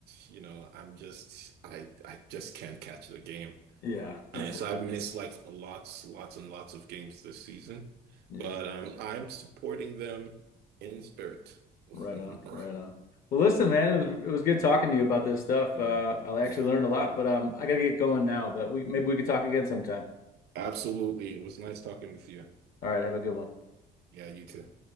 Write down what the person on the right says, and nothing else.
you know I'm just I I just can't catch the game.
Uh,
so
I've missed like lots, lots and lots of games this season,
but um, Really? I'm supporting them in spirit. <laughs> All
right.
Yeah,
yeah,
absolutely. It was nice talking with you.
Yeah, you too.